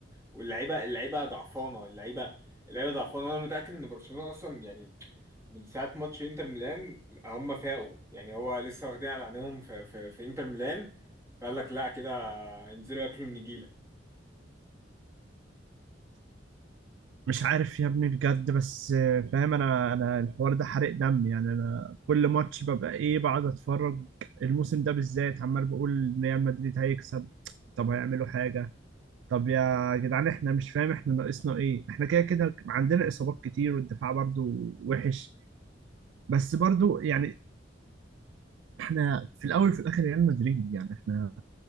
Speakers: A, on the right; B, on the right.
A: واللعيبه اللعيبه ضعفانه اللعيبه اللعيبه ضعفانه وانا متاكد ان برشلونه اصلا يعني من ساعه ماتش انتر ميلان هم فاقوا يعني هو لسه واخدين على عينيهم في, في, في انتر ميلان فقال لك لا كده هينزلوا ياكلوا النجيله
B: مش عارف يا ابني بجد بس آه، فاهم انا انا الحوار ده حرق دم يعني انا كل ماتش ببقى ايه بقعد اتفرج الموسم ده بالذات عمال بقول ريال مدريد هيكسب طب هيعملوا حاجة طب يا جدعان احنا مش فاهم احنا ناقصنا ايه احنا كده كده عندنا اصابات كتير والدفاع برضو وحش بس برضو يعني احنا في الاول وفي الاخر ريال مدريد يعني احنا